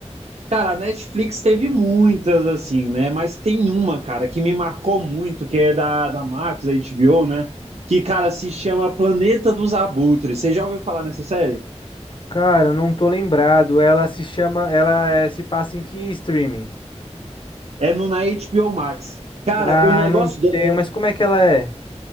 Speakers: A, on the right; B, on the left.
A: Cara, a Netflix teve muitas, assim, né? Mas tem uma, cara, que me marcou muito, que é da, da Max, da HBO, né? Que, cara, se chama Planeta dos Abutres. Você já ouviu falar nessa série?
B: Cara, eu não tô lembrado. Ela se chama. Ela eh, se passa em que streaming?
A: É no, na HBO Max. Cara,
B: Ah,
A: o negócio
B: não
A: dela
B: tenho, mas como é que ela é?